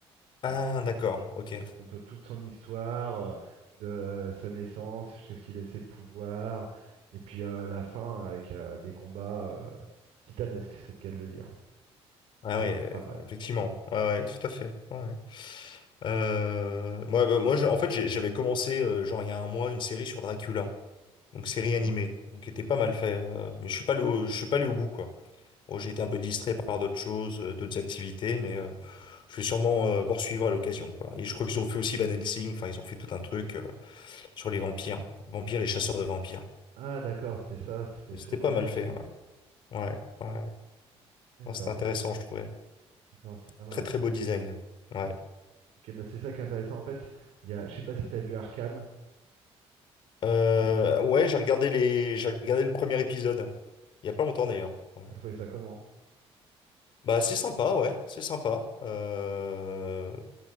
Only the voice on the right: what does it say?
Donc,
euh,
Ça compte toute son histoire, euh, de sa naissance jusqu'à ce qu'il ait ses pouvoirs, et puis euh, la fin avec euh, des combats euh, titanesques, c'est le cas de le dire.
Et c'est
vraiment
pas mal.
D'accord?
Ah, d'accord, c'était ça, c'était
sur
Sig.
D'accord,
d'accord, c'est pas mal,
effectivement.
Ok, bah c'est ça qui est intéressant. En fait, il y a, je sais pas si t'as vu Arcane,
non?
T'as trouvé ça comment?